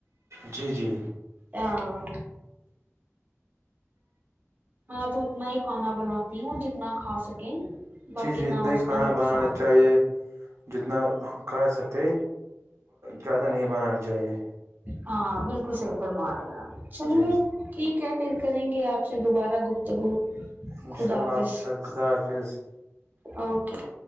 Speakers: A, on the right; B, on the right.
A: جی جی
B: ہاں ہاں تو اتنا ہی کھانا بناتی ہوں جتنا کھا سکیں باقی
A: چیزی
B: نہ
A: اتنا
B: اس
A: ہی
B: کا
A: کھانا
B: نقصان
A: بنانا چاہیے
B: نہ
A: جتنا کھا سکتے زیادہ نہیں بنانانی چاہیے
B: ہاں بالکل صحیح فرما رہے ہیں آپ چلیے
A: جی
B: ٹھیک ہے پھر کریں گے آپ سے دوبارہ گپتگو
A: انشاء
B: خدا
A: اللہ
B: حافظ
A: آپ کے ساتھ خدا حافظ
B: اوکے